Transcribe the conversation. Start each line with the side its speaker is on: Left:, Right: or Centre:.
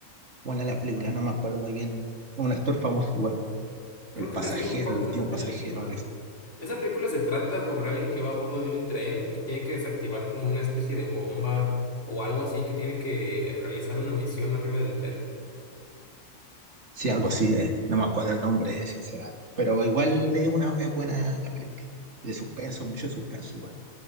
Right: buena la película, no me acuerdo muy bien. Un actor famoso igual,
Left: Creo
Right: El
Left: que
Right: pasajero,
Left: me suena un poco
Right: El último
Left: esa película.
Right: pasajero, algo
Left: Esa película se trata sobre alguien que va a bordo de un tren y tiene que desactivar como una especie de bomba o algo así que tiene que realizar una misión arriba del tren.
Right: Sí, algo así es. No me acuerdo el nombre, sinceramente. Pero igual es una, es buena la película. De suspenso, mucho suspenso igual.